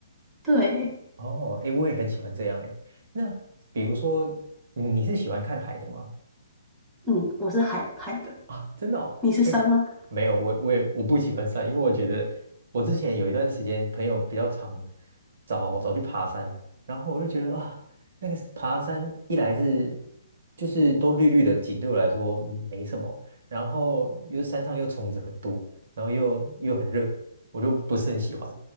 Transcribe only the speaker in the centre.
对，
嗯，我是海派的。
你是山吗？